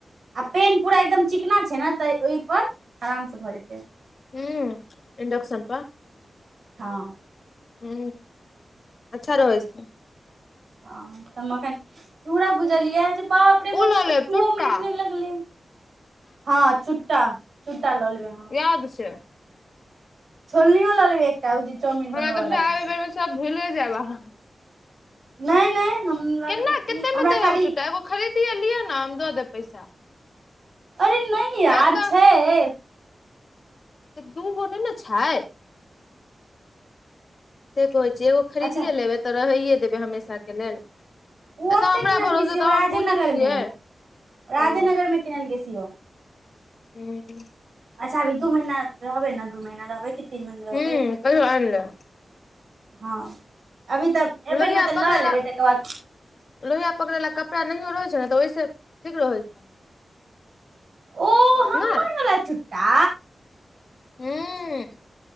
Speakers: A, on the right; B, on the left.
A: आ पेन पूरा एकदम चिकना छैय ने त ओयपर आराम स भ जेतै।
B: हूँ इंडकसन पर।
A: हँ।
B: हू अच्छा रहै छैय।
A: ह हम अखैन चूड़ा भुजलियै जे बाप रे बाप
B: उ ल
A: मतलब
B: ले
A: दूओ
B: चुटटा।
A: मिनट नहि लगलै हँ चुटटा चुटटा लऽ लेबै हँ।
B: याद से
A: छोलनीओ ल लेबै एकटा उ जे चाउमिन
B: हमरा
A: बनबऽ
B: तऽ
A: बला
B: बुझाइये
A: छैय
B: एहि
A: से।
B: बेर मे सब भुइले जैब अहाँ।
A: नै- नै हम लऽ
B: केना
A: लेबै की
B: कते
A: हमरा
B: मे देहौ
A: खाली
B: चूटा एगो खरीदिये लिअ ने हम दऽ देब पैसा।
A: अरे नै यार
B: एतऽ
A: छैय।
B: तऽ दू गो नहि ने छै। से कहै छै एगो खरीदियए
A: अच्छा
B: लेबै तऽ रहैए देबै हमेशाके लेल। ए
A: ओ ओते
B: तऽ हमरा
A: किनलकै
B: भरोसे
A: से
B: तऽ
A: राजेनगर
B: हम पूछै छियै?
A: मे राजेनगर
B: ओ
A: में किनल के सिव।
B: ह <unintelligible>
A: अच्छा अभी दू महीना रहबै ने दू महीना रहबै कि तीन महीना रहबै।
B: ह कहियो आनि ले
A: हँ अभी तऽ एबै
B: लोहिया
A: ने तऽ
B: पकड़े
A: लऽ लेबै
B: ला
A: तकर बाद।
B: लोहिया पकड़ै ले कपड़ा नहियो रहै छै ने तऽ ओहिसँ ठीक रहै छै।
A: ओ हमर
B: नहि
A: वला चुट्टा।
B: हू <unintelligible>